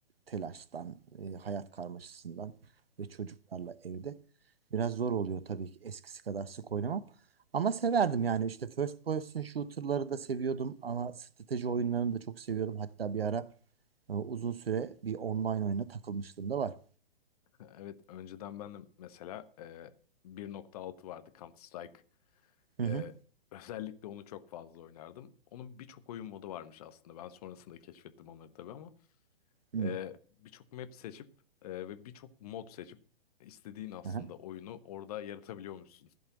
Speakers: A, on the right; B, on the left.
A: telaştan, e, hayat karmaşasından ve çocuklarla evde. Biraz zor oluyor tabii ki eskisi kadar sık oynamam. Ama severdim yani işte first person shooter'ları da seviyordum ama strateji oyunlarını da çok seviyordum. Hatta bir ara e, uzun süre bir online oyuna takılmışlığım da var.
B: <laughs> Evet, önceden ben de mesela e, 1.6 vardı Counter-Strike. E,
A: Hı hı.
B: özellikle onu çok fazla oynardım. Onun birçok oyun modu varmış aslında. Ben sonrasında keşfettim onları tabii ama
A: Hı.
B: e, birçok map seçip e, ve birçok mod seçip istediğin aslında
A: Aha.
B: oyunu orada yaratabiliyormuşsun.